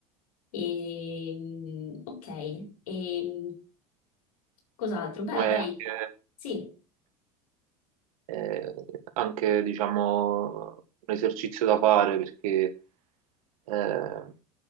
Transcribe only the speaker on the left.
E, ok, e cos'altro? Beh,
dai,
sì,